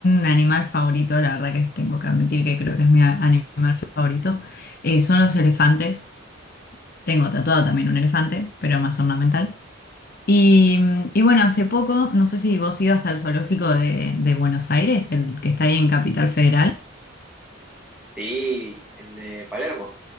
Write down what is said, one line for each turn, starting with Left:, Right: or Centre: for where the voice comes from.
Left: animal favorito, la verdad que es- tengo que admitir que creo que es mi a- animal favorito, eh, son los elefantes. Tengo tatuado también un elefante, pero más ornamental. Y, y bueno, hace poco, no sé si vos ibas al zoológico de, de Buenos Aires, el que está ahí en Capital Federal.
Centre: Sí, el de Palermo.